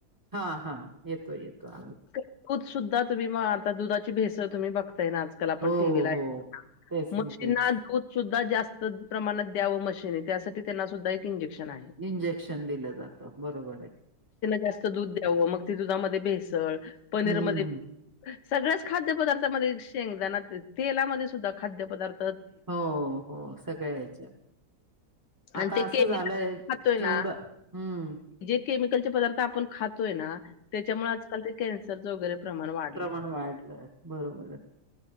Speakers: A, on the right; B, on the left.
A: हा हा येतोय येतो आवाज
B: दूध सुद्धा तुम्ही मग आता दुधाची भेसळ तुम्ही बघताय नाच आपण
A: हो,
B: टीव्ही ला
A: हो. तेच
B: मशीनना
A: ना तेच.
B: दूध सुद्धा जास्त प्रमाणात द्यावं मशीनी त्यासाठी त्यांना सुद्धा एक इंजेक्शन आहे
A: इंजेक्शन दिलं जातं बरोबर आहे
B: जास्त दूध द्यावं मग दुधामध्ये भेसळ पनीर
A: हं.
B: मध्यें सगळ्याच खाद्यपदार्थामध्ये शेंगदाना तेलामध्ये सुद्धा खाद्यपदार्थ
A: हो हो सगळ्या याच्या आता
B: आणि ते
A: असं
B: केमिकल
A: झालंय
B: खातोय ना
A: जेवढं हम्म
B: जे केमिकलचे पदार्थ आपण खातोय ना त्याच्यामुळे आजकाल ते कॅन्सरच वगैरे प्रमाण वाढलंय.
A: प्रमाण वाढलंय बरोबर